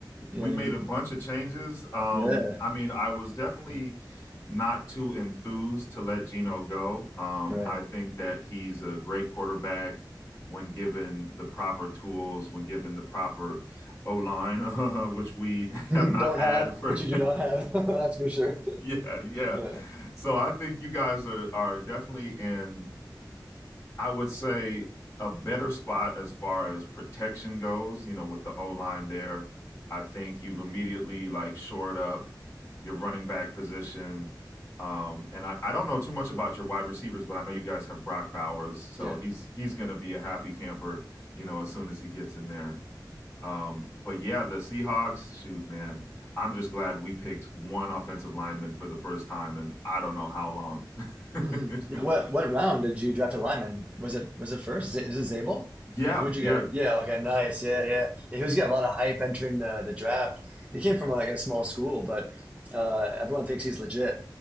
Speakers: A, on the left; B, on the right.
A: we
B: yeah, you,
A: made a
B: you-
A: bunch of changes. Um,
B: yeah,
A: I mean, I was definitely not too enthused to let Geno go. Um,
B: right.
A: I think that he's a great quarterback when given the proper tools, when given the proper O line, <laughs> which we
B: <laughs>
A: have not
B: Don't
A: had
B: have,
A: for
B: but you do not have. <laughs> That's for sure.
A: <laughs>
B: <laughs>
A: yeah, yeah.
B: Yeah.
A: So I think you guys are are definitely in, I would say, a better spot as far as protection goes. You know, with the O line there, I think you've immediately like shored up your running back position. Um, and I, I don't know too much about your wide receivers, but I know you guys have Brock Bowers, so
B: Yeah.
A: he's he's gonna be a happy camper, you know, as soon as he gets in there. Um, but yeah, the Seahawks, shoot, man, I'm just glad we picked one offensive lineman for the first time and I don't know how long. <laughs>
B: hmm What what round did you draft a lineman? Was it was it first? Is it, is it Zabel?
A: yeah,
B: No, who'd you
A: yeah,
B: guys? Yeah, okay, nice. Yeah, yeah, yeah. He was getting a lot of hype entering the the draft. He came from like a small school, but uh, everyone thinks he's legit.